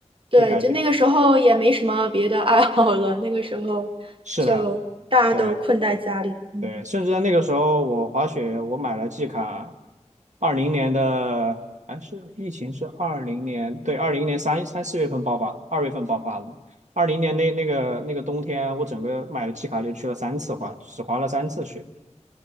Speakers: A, on the right (about 45°); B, on the right (about 80°).
A: 对，
B: 就改变。
A: 就那个时候也没什么别的爱好了，那个时候就大家都困在家里。
B: 是的，对。
A: 嗯，
B: 对，甚至在那个时候，我滑雪，我买了季卡，二零年的，还是疫情是二零年，对，二零年三三四月份爆发，二月份爆发的。二零年那那个那个冬天，我整个买了季卡就去了三次滑，只滑了三次雪。